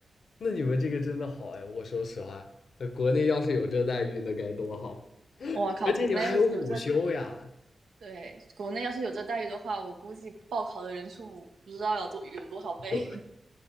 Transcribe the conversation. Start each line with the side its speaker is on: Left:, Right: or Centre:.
Left: 那你们这个真的好哎，我说实话，呃国内要是有这待遇，那该多好！
Right: 我靠，
Left: 而且你们还有午休呀，
Right: 国内要是有这对国内要是有这待遇的话，我估计报考的人数不知道有多有多少倍。
Left: 懂吗？